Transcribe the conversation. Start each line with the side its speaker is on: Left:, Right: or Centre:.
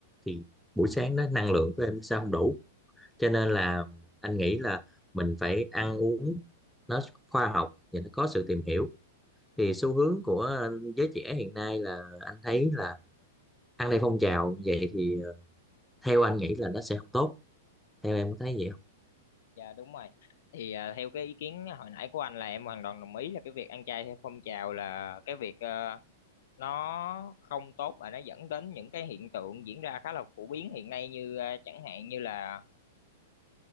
Centre: thì buổi sáng đó năng lượng của em sao không đủ cho nên là anh nghĩ là mình phải ăn uống nó khoa học và nó có sự tìm hiểu thì xu hướng của ờ, giới trẻ hiện nay là anh thấy là ăn theo phong trào vậy thì ờ, theo anh nghĩ là nó sẽ không tốt theo em có thấy vậy không
Left: Dạ đúng rồi. Thì à, theo cái ý kiến hồi nãy của anh là em hoàn toàn đồng ý là cái việc ăn chay theo phong trào là cái việc ờ, nó không tốt và nó dẫn đến những cái hiện tượng diễn ra khá là phổ biến hiện nay như ờ, chẳng hạn như là